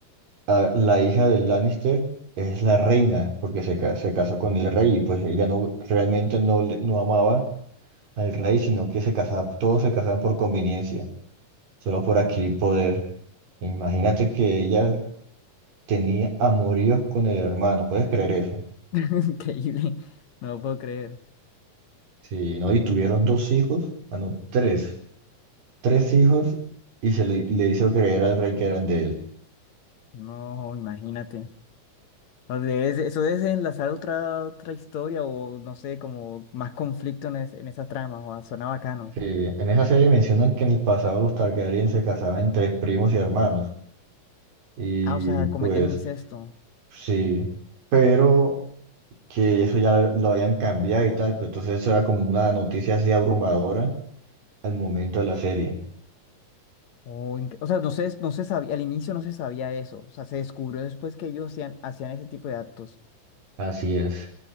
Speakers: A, on the right; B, on the left.
A: la, la hija del Lannister es la reina, porque se, ca- se casó con el rey y pues ella no realmente no, le- no amaba al rey, sino que se casaba, todos se casaban por conveniencia, solo por adquirir poder. Imagínate que ella tenía amoríos con el hermano, ¿puedes creer eso?
B: <laughs> Increíble. No lo puedo creer.
A: Sí, ¿no? Y tuvieron dos hijos, ah, no, tres, tres hijos y se le, le hizo creer al rey que eran de él.
B: No, imagínate. O debe ser- eso debe enlazar otra, otra historia o no sé, como más conflicto en, es- en esa trama. O ah, suena bacano.
A: Eh, en esa serie mencionan que en el pasado los Targaryen se casaban entre primos y hermanos y
B: Ah, o sea,
A: pues
B: cometían incesto.
A: sí, pero que eso ya lo lo habían cambiado y tal, pero entonces eso era como una noticia así abrumadora al momento de la serie.
B: O, inc- o sea, no se, no se sabía, al inicio no se sabía eso. O sea, se descubrió después que ellos hacían, hacían ese tipo de actos.
A: Así es.